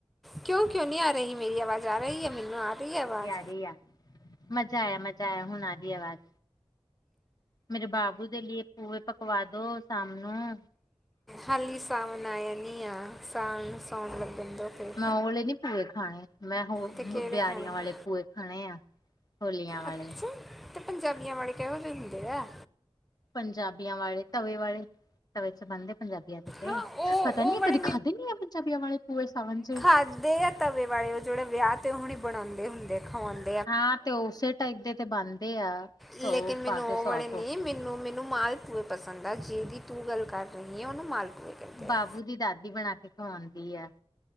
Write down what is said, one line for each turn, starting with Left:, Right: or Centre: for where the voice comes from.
Centre: ਕਿਉਂ, ਕਿਉਂ ਨਹੀਂ ਆ ਰਹੀ ਮੇਰੀ ਆਵਾਜ਼ ਆ ਰਹੀ ਹੈ ਮੈਨੂੰ ਆ ਰਹੀ ਹੈ ਆਵਾਜ਼।
Left: ਸਹੀ ਆ। ਮਜ਼ਾ ਆਇਆ, ਮਜ਼ਾ ਆਇਆ, ਹੁਣ ਆਗੀ ਆਵਾਜ਼। ਮੇਰੇ ਬਾਬੂ ਦੇ ਲਈ ਭੂਏ ਪਕਵਾ ਦੋ ਸਾਮ ਨੂੰ
Centre: ਹਾਲੀ ਸਾਵਣ ਆਇ ਨੀ ਆ ਸਾਵਣ। ਸੌਣ ਲੱਗਣ ਦੋ ਫਿਰ
Left: ਮੈਂ ਉਹ ਵੇਲੇ ਨੀ ਪੂਏ ਖਾਣੇ। ਮੈਂ ਹੋ
Centre: ਤੇ ਕਿਹੜੇ
Left: ਬਿਆਰੀਆਂ
Centre: ਖਾਣੇ
Left: ਵਾਲੇ ਪੂਏ ਖਾਣੇ ਆ, ਹੋਲੀਆਂ ਵਾਲੇ।
Centre: ਅੱਛਾ ਤੇ ਪੰਜਾਬੀਆਂ ਵਾਲੇ ਕਿਹੋ ਜਿਹੇ ਹੁੰਦੇ ਆ।
Left: ਪੰਜਾਬੀਆਂ ਵਾਲੇ ਤਵੇ ਵਾਲੇ ਤਵੇ ਚ ਬਣਦੇ ਪੰਜਾਬੀ ਤੇ
Centre: ਹਾਂ ਉਹ
Left: ਪਤਾ ਨੀ
Centre: ਉਹ ਵਾਲੇ
Left: ਕਦੇ ਖਾਧੇ ਨੀ ਆ ਪੰਜਾਬੀਆਂ ਵਾਲੇ ਪੂਰੇ ਸਾਵਨ ਚ।
Centre: ਖਾਧੇ ਤਵੇ ਵਾਲੇ, ਉਹ ਜਿਹੜੇ ਵਿਆਹ ਤੇ ਹਣੇ ਬਣਾਉਂਦੇ ਹੁੰਦੇ, ਖਾਉਂਦੇ।
Left: ਹਾਂ, ਤੇ ਉਸੇ ਟਾਈਪ ਦੇ ਤੇ ਬਣਦੇ ਆ।
Centre: ਲੇਕਿਨ
Left: ਸੌ
Centre: ਮੈਨੂੰ
Left: ਪਾ ਕੇ
Centre: ਉਹ
Left: ਸੌਫ
Centre: ਵਾਲੇ ਨਹੀਂ, ਮੈਨੂੰ ਮੈਨੂੰ ਮਾਲ ਪੂਏ ਪਸੰਦ ਆ ਜਿਹਦੀ ਤੂੰ ਗੱਲ ਕਰ ਰਹੀ ਹੈ ਉਹਨੂੰ ਮਾਲਪੂਏ ਕਹਿੰਦੇ
Left: ਬਾਬੂ
Centre: ਆ
Left: ਦੀ ਦਾਦੀ ਬਣਾ ਕੇ ਖਵਾਉਂਦੀ ਹੈ।